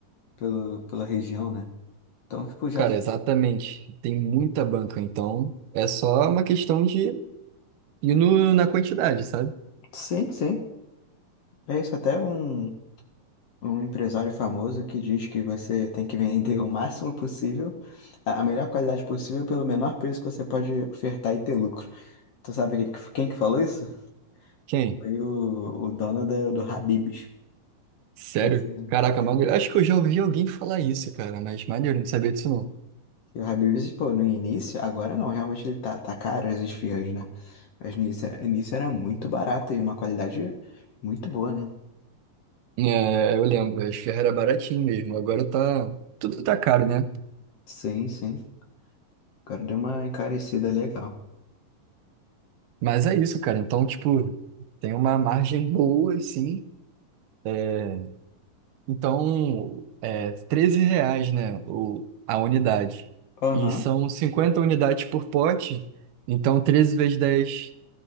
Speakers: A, on the left (about 60°); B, on the right (about 80°).
A: pelo, pela região, né? Então, tipo, já.
B: Cara, exatamente. Tem muita banca, então é só uma questão de ir no- na quantidade, sabe?
A: Sim, sim. É isso. Até um, um empresário famoso que diz que você tem que vender o máximo possível, a a melhor qualidade possível, pelo menor preço que você pode ofertar e ter lucro. Tu sabe que- que- quem que falou isso?
B: Quem?
A: Foi o, o dono da- do Habib's.
B: Sério?
A: Que você-
B: Caraca,
A: né?
B: mano, acho que eu já ouvi alguém falar isso, cara, mas maneiro, não sabia disso não.
A: que o Habib's, pô, no início, agora não, realmente ele tá, tá caro as esfirras, né? Mas no início, era- início era muito barato e uma qualidade muito boa, né?
B: É, eu lembro, as ferras era baratinho mesmo, agora tá, tudo tá caro, né?
A: Sim, sim. Agora deu uma encarecida legal.
B: Mas é isso, cara. Então, tipo, tem uma margem boa, assim. É, Então, é 13 reais, né, o, a unidade.
A: Aham.
B: E são 50 unidades por pote. Então, 13 vezes 10